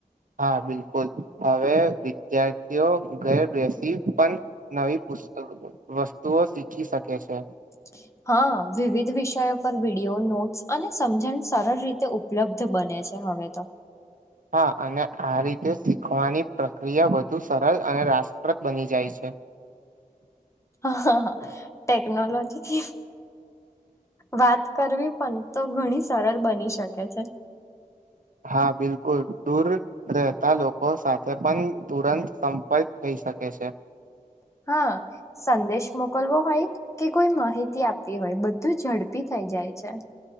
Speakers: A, on the right (about 65°); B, on the left (about 20°).
A: હા બિલકુલ. હવે વિદ્યાર્થીઓ ઘરે બેસ તી પણ નવી પુસ્ત વસ્તુઓ શીખી શકે છે.
B: <inaudible> હા, વિવિધ વિષયો પર વિડિઓ, નોટ્સ અને સમજણ સરળ રીતે ઉપલબ્ધ બને છે. હવે તો.
A: હા અને આ રીતે શીખવાની પ્રક્રિયા વધુ સરળ અને રાસપ્રદ બની જાય છે.
B: હા હા હ ટેકનોલોજીથી વાત કરવી પણ તો ઘણી સરળ બની શકે છે.
A: હા બિલકુલ. દૂર રહેતા લોકો સાથે પણ તુરંત સંપર્ક થઈ શકે છે.
B: <inaudible> હા, સંદેશ મોકલવો હોય કે કોઈ માહિતી આપવી હોય બધું ઝડપી થા થઈ જાય છે.